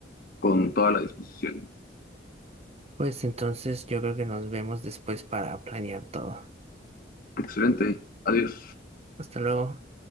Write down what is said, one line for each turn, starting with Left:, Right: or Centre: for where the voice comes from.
Left: con toda la disposición.
Right: Pues entonces yo creo que nos vemos después para planear todo.
Left: Excelente. Adiós.
Right: Hasta luego.